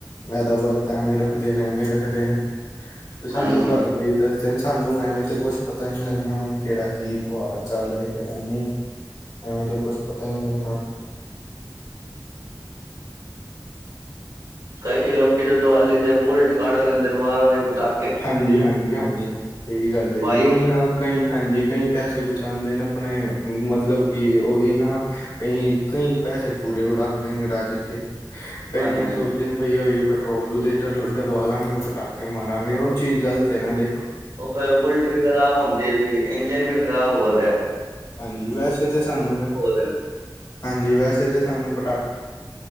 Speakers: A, on the left; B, on the right.
A: ਇਹਦਾ ਵਰਤ ਐਵੇਂ ਰੱਖਦੇ ਨੇ, ਐਵੇਂ ਰੱਖਦੇ ਨੇ, ਤੇ
B: ਹਾਂਜੀ
A: ਸਾਨੂੰ ਘਰ ਦੇ ਦੱਸਦੇ ਸਾਨੂੰ ਐਵੇਂ ਤੇ ਕੁਛ ਪਤਾ ਹੀ ਨਹੀਂ ਲੱਗਣਾ ਬ ਕੇੜਾ ਕੀ ਤਿਉਹਾਰ ਚੱਲ ਰਿਹਾ ਕੇੜਾ ਨੀ। ਐਵੇ ਤੇ ਕੁਛ ਪਤਾ ਨੀ ਲਗਣਾ।
B: ਕਈ ਲੋਕੀ ਦੇ ਦੁਵਾਲੀ ਤੇ ਬੁਲਟ ਕੱਢ ਲੈਂਦੇ ਨੇ ਬਾਰ ਉਹਦੇ ਪਟਾ
A: ਹਾਂਜੀ-ਹਾਂਜੀ- ਹਾਂਜੀ ਸਹੀ ਗੱਲ ਏ
B: ਬਾਈਕ
A: ਜੀ ਓਹੀ ਨਾ ਕਈ ਹਾਂਜੀ, ਕਈ ਪੈਸੇ ਬਚਾਉਂਦੇ ਨੇ ਆਪਣੇ ਮਤਲਬ ਕਿ ਓਹੀ ਨਾ ਕਈ, ਕਈ ਪੈਸੇ ਪੂਰੇ ਉਡਾਨਦੇ ਨੇ ਰਾਜ ਕੇ ਕਈਆਂ
B: ਹਾਂਜੀ
A: ਸੋਚਣ ਬਈ ਉਹੀ ਪੈਟਰੋਲ ਦੇ ਡਲਵਾ ਲਾਂਗੇ ਪਟਾਕੇ ਮਾਰਾਂਗੇ ਓਹ ਚੀਜ਼ ਗਲਤ ਏ ਨਾ ਦੇ
B: ਓਦਰ ਬੁਲਟ ਵੀ ਖ਼ਰਾਬ ਹੁੰਦੀ ਪਈ ਏ, ਇੰਜਨ ਵੀ ਖ਼ਰਾਬ ਹੋ ਰਿਆ।
A: ਹਾਂਜੀ, ਵੈਸੇ ਤੇ ਸਾਨੂੰ,
B: ਰਹੇ ਨੇ
A: ਹਾਂਜੀ ਵੈਸੇ ਤੇ ਸਾਨੂੰ ਪਟਾਕੇ।